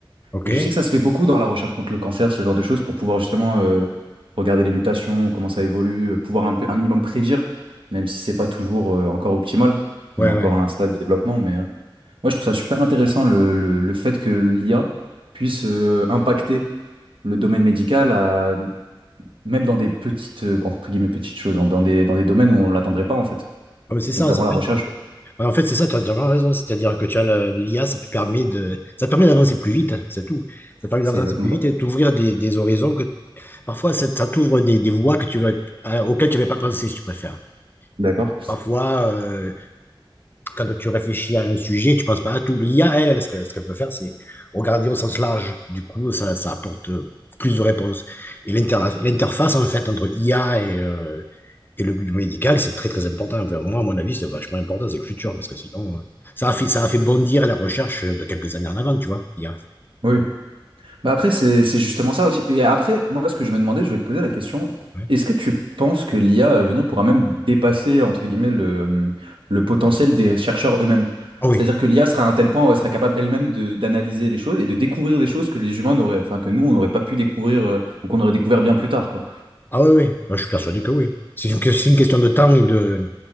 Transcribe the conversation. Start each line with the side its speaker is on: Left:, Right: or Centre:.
Left: Ok.
Right: Et
Left: Ouais,
Right: je sais que ça se fait beaucoup dans la recherche contre le cancer, ce genre de choses, pour pouvoir justement euh, regarder les mutations, comment ça évolue, euh, pouvoir un peu, un minimum prédire, même si c'est pas toujours euh, encore optimal.
Left: ouais.
Right: On a encore à un stade de développement, mais... euh, moi, je trouve ça super intéressant le, le- le fait que l'IA puisse euh, impacter le domaine médical, à- même dans des petites, euh, entre guillemets, petites choses, dans dans des, dans des domaines où on ne l'attendrait pas, en fait,
Left: Ah, mais c'est ça,
Right: notamment
Left: en fait, ouais,
Right: la recherche. quoi.
Left: en fait c'est ça, tu as vraiment raison. C'est-à-dire que tu as le- l'IA, ça te permet de, ça te permet d'avancer plus vite, c'est tout. Ça te permet
Right: C'est
Left: d'avancer
Right: exactement
Left: plus
Right: ça.
Left: vite et d'ouvrir des, des horizons que parfois ça, ça t'ouvre des, des voies que tu vas, à- auxquelles tu n'avais pas pensé, si tu préfères.
Right: D'accord?
Left: Parfois, euh, quand tu réfléchis à un sujet, tu ne penses pas à tout. L'IA, elle, ce qu'elle ce qu'elle peut faire, c'est regarder au sens large. Du coup, ça, ça apporte euh, plus de réponses. Et l'inter- l'interface, en fait, entre IA et, euh, et le milieu médical, c'est très, très important. Enfin, moi, à mon avis, c'est vachement important, c'est le futur, parce que sinon, euh, ça a fait, ça a fait bondir la recherche euh, de quelques années en avant, tu vois, l'IA.
Right: Oui. Bah après, c'est c'est justement ça aussi. Et après, moi, ce que je me demandais, je vais te poser la question,
Left: Ouais.
Right: est-ce que tu penses que l'IA à venir pourra même dépasser, entre guillemets, le, le potentiel des chercheurs eux-mêmes?
Left: Ah oui,
Right: C'est-à-dire que l'IA sera à un tel point où elle sera capable elle-même de- d'analyser les choses et de découvrir des choses que les humains n'auraient, enfin, que nous, on n'aurait pas pu découvrir euh, ou qu'on aurait découvert bien plus tard, quoi.
Left: ah oui, oui, Moi, je suis persuadé que oui. C'est une, que- c'est une question de temps et de,